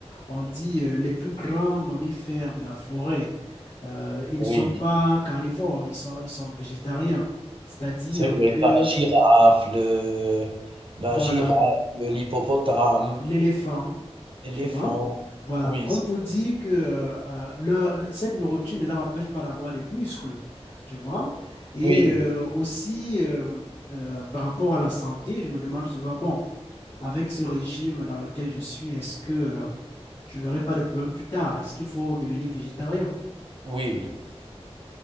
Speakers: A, on the left; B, on the right.
A: On dit euh, les plus grands mammifères de la forêt, euh, ils
B: oui.
A: ne sont pas carnivores, ils sont, ils sont végétariens. C'est-à-dire
B: C'est vrai,
A: que,
B: t'as la girafe, le, la
A: voilà,
B: girafe, le- l'hippopotame,
A: l'éléphant.
B: l'éléphant.
A: tu vois. Voilà,
B: Oui,
A: comme
B: c'est
A: pour
B: vrai.
A: dire que euh, euh, leur- cette nourriture ne leur empêche pas d'avoir des muscles, tu vois. Et
B: Oui,
A: euh, aussi, euh, euh, par rapport à la santé, je me demande souvent, bon, avec ce régime dans lequel je suis, est-ce que euh, je n'aurai pas de problème plus tard? Est-ce qu'il faut devenir végétarien?
B: oui.